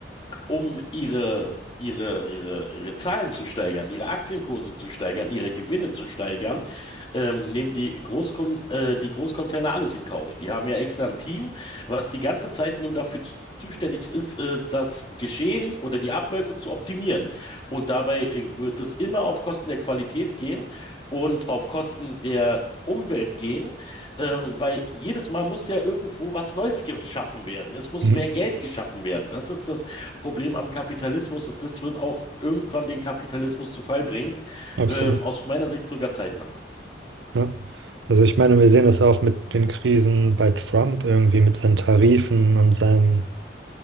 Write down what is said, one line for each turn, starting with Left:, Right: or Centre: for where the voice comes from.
Left: um ihre, ihre, ihre, ihre Zahlen zu steigern, ihre Aktienkurse zu steigern, ihre Gewinne zu steigern, ähm, nehmen die Großkon äh, die Großkonzerne alles in Kauf. Die haben ja extra ein Team, was die ganze Zeit nur dafür zu- zuständig ist, äh, das Geschehen oder die Abläufe zu optimieren. Und dabei äh, wird es immer auf Kosten der Qualität gehen und auf Kosten der Umwelt gehen, ähm, weil jedes Mal muss ja irgendwo was Neues geschaffen werden. Es muss
Right: Mhm.
Left: mehr Geld geschaffen werden. Das ist das Problem am Kapitalismus und das wird auch irgendwann den Kapitalismus zu Fall bringen.
Right: Absolut.
Left: Ähm, aus meiner Sicht sogar zeitnah.
Right: Ja. Also ich meine, wir sehen das auch mit den Krisen bei Trump irgendwie, mit seinen Tarifen und seinem